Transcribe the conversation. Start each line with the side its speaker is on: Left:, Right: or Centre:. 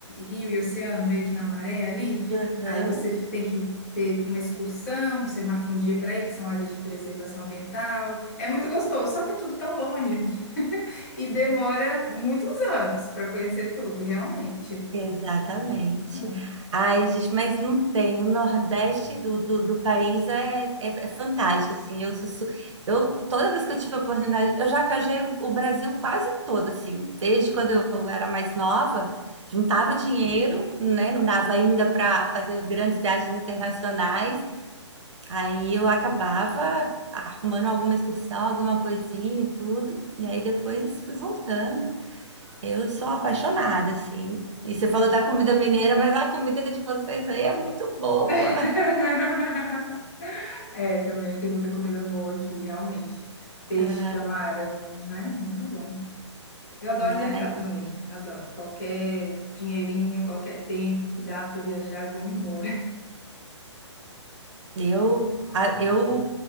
Left: rio e oceano, meio que na maré ali.
Right: Aham.
Left: Aí você tem que ter uma excursão, você marca um dia para ir, que são áreas de preservação ambiental. É muito gostoso, só que é tudo tão longe <laughs> e demora muitos anos para conhecer tudo, realmente.
Right: Exatamente.
Left: É.
Right: Ai, gente, mas não tem. O Nordeste do, do, do país é, é, é fantástico, assim. Eu, sou su- eu, toda vez que eu tive a oportunidade, eu já viajei o Brasil quase todo, assim. Desde quando eu era mais nova, juntava dinheiro, né? Não dava ainda para fazer grandes viagens internacionais. Aí eu acabava arrumando alguma excursão, alguma coisinha e tudo. E aí depois fui voltando. Eu sou apaixonada, assim. E você falou da comida mineira, mas a comida de vocês aí é muito boa.
Left: <laughs> É, também tem muita comida boa aqui, realmente. Peixe,
Right: Ah,
Left: camarão, né? Muito bom. Eu adoro
Right: ai,
Left: viajar também, adoro. Qualquer dinheirinho, qualquer tempo que dá para viajar, eu vou me embora.
Right: eu, a- eu